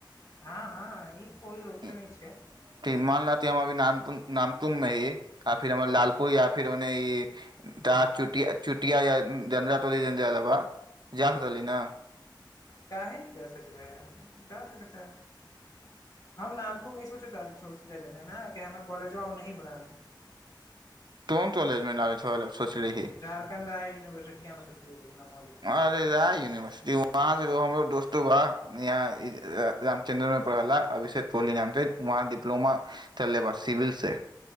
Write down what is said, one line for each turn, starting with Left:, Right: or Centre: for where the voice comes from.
Left: हँ हँ ई कोइ रोकले
Right: ह्म
Left: नहि छै
Right: मान लति हम अभी नामप नाम तुममे ही आ फिर हमर लालपुर
Left: ह
Right: या फिर त चु चुटिया जा तोल जिया देबा जासल ने
Left: काहे न जा सकलै हन जा सक छै हम नामपुर में इ सोचल छलह हमर कॉलेजबा आनाही बढ़ा
Right: तों ताॅलेज में छल सोचलिही
Left: झारखण्ड राय यूनिवर्सिटी मे सोचलियै लेकिन हम ओली खाली
Right: अरे
Left: छै
Right: रा यूनिवर्सिटी वहाँ से हमो दोस्तो बा यहाँ रामचन्द्रन में पढ़लाा अभिषेक कोहली नाम से वहा डिप्लोमा चलले बा सिविल से